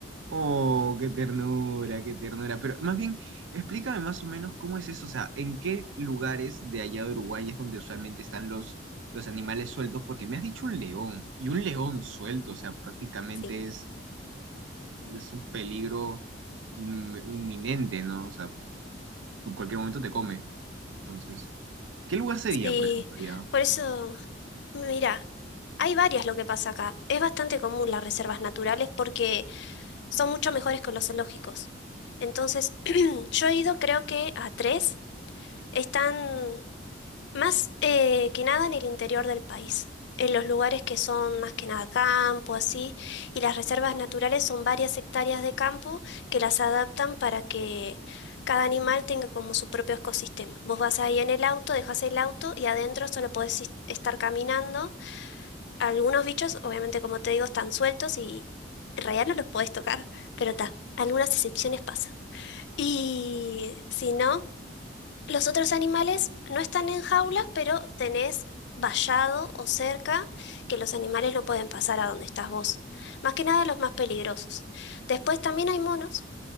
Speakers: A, on the right (about 85°); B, on the left (about 65°).
A: Oh, qué ternura, qué ternura. Pero más bien, explícame más o menos cómo es eso, o sea, ¿en qué lugares de allá de Uruguay es donde usualmente están los, los animales sueltos? Porque me has dicho un león, y un león suelto, o sea, prácticamente
B: Sí.
A: es, es un peligro in- inminente, ¿no? O sea, en cualquier momento te come. Entonces, ¿qué lugar sería,
B: Sí,
A: por ejemplo, allá?
B: por eso, mira, hay varias lo que pasa acá. Es bastante común las reservas naturales porque son mucho mejores que los zoológicos. Entonces, <clears throat> yo he ido creo que a tres. Están Más eh, que nada en el interior del país, en los lugares que son más que nada campo, así, y las reservas naturales son varias hectáreas de campo que las adaptan para que cada animal tenga como su propio ecosistema. Vos vas ahí en el auto, dejas el auto y adentro solo podés is- estar caminando. Algunos bichos, obviamente, como te digo, están sueltos y en realidad no los podés tocar, pero ta, algunas excepciones pasan. Y si no... Los otros animales no están en jaulas, pero tenés vallado o cerca que los animales no pueden pasar a donde estás vos. Más que nada los más peligrosos. Después también hay monos,